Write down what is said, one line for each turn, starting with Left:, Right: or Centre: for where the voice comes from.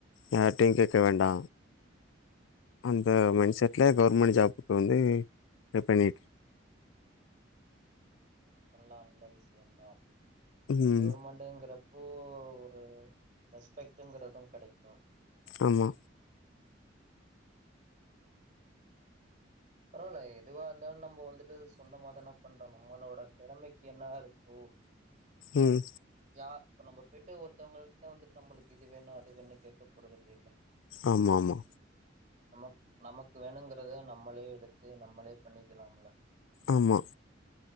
Left: யார்டயு கேக்க வேண்டா அந்த மைண்டசெட்டில
Right: ஓகே
Left: கவர்மெண்ட் ஜாப்புக்கு வந்து ப்ரே பண்ணிட்டு
Right: ம் பண்ணலா நல்ல விஷ்யதா இப்ப
Left: ம்
Right: கவுர்மெண்ட் ங்கிறப்போ ஒரு ரெஸ்பெக்ட்ங்குறது கடைக்கு
Left: ஆமா
Right: பரவால எதுவா இருந்தாலு நம்ம வந்துட்டு சொந்தமாதானா பண்றோ நம்மளோட திறமைக்கி என்ன இருக்கோ
Left: ம்
Right: யா இப்ப நம்ம போய்ட்டு ஒருத்தவங்கள்ட்ட வந்துட்டு நம்மளுக்கு இது வேணு அது வேணு கேட்க போறதில்லில
Left: ஆமா ஆமா
Right: நம நமக்கு வேணுங்கறத நம்மளே எடுத்து நம்மளே பண்ணிக்கலாம்ல
Left: ஆமா